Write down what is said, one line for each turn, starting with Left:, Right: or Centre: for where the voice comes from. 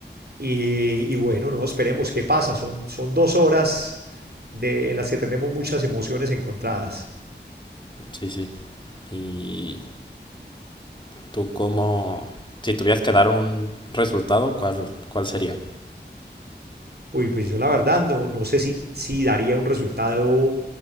Right: Y, y bueno, no esperemos qué pasa. Son, son dos horas de, en las que tenemos muchas emociones encontradas.
Left: sí, sí. Y tú cómo, si tuvieras que dar un resultado, ¿cuál, cuál sería?
Right: Uy, pues yo la verdad no, no sé si, si daría un resultado